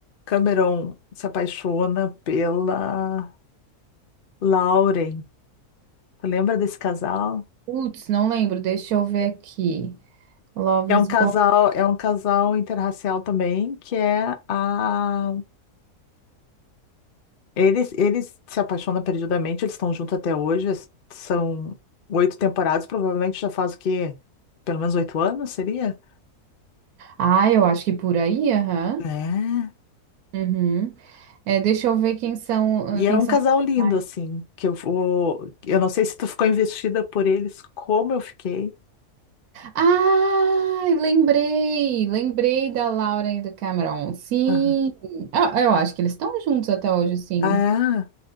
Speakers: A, on the left; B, on the right.
A: Cameron se apaixona pela Lauren. Tu lembra desse casal?
B: Putz, não lembro. Deixa eu ver aqui. Love
A: É
B: is
A: um casal,
B: Blind.
A: é um casal interracial também, que é a. Eles, eles se apaixonam perdidamente, eles estão juntos até hoje, es- são oito temporadas, provavelmente já faz o quê? Pelo menos oito anos, seria?
B: Ah, eu acho que por aí, aham.
A: É.
B: Uhum. É, deixa eu ver quem são, ah,
A: E
B: quem
A: é um
B: são
A: casal
B: os
A: lindo,
B: personagens.
A: assim, que eu vou. Eu não sei se tu ficou investida por eles, como eu fiquei.
B: Ah, lembrei! Lembrei da Laura e do Cameron. Sim.
A: Aham.
B: Ah, eu acho que eles estão juntos até hoje, sim.
A: Ah,